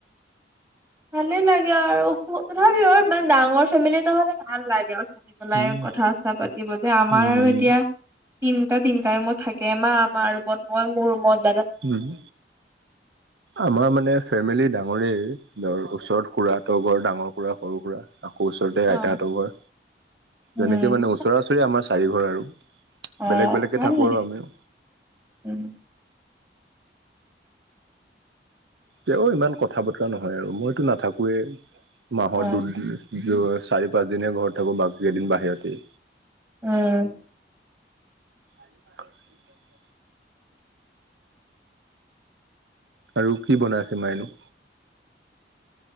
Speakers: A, on the right; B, on the right.
A: ভালে লাগে আৰু তথাপিও মানে ডাঙৰ ফেমিলি হ'লে ভাল লাগে। পেলাই,
B: উম,
A: কথা-চথা পাতিব যে, আমাৰ
B: উম,
A: আৰু এতিয়া তিনিটা তিনিটা ৰোমত থাকে মা মাৰ ৰোমত, মই মোৰ ৰোমত।
B: উম' আমাৰ মানে ফেমিলি ডাঙৰ ডাঙৰে ধৰ ওচৰত খুৰা হতৰ ঘৰ ডাঙৰ খুৰা, সৰু খুৰা। আকৌ ওচৰতে
A: অ
B: আইতাহতৰ ঘৰ,
A: উম
B: যেনেকে মানে ওচৰা ওচৰি আমাৰ চাৰি ঘৰ আৰু।
A: অ
B: বেলেগ, বেলেগে
A: ভাল
B: থাকোঁ
A: লাগে
B: আৰু আমিও।
A: উম
B: তেওঁ ইমান কথা বতৰা নহয়, আৰু মইতো নাথাকোৱে মাহত
A: অ
B: দুদিন য চাৰি, পাঁচ দিনে ঘৰ থাকো বাকি কেইদিন বাহিৰতে।
A: উম
B: <unintelligible> আৰু কি বনাইছে মায়ে নো।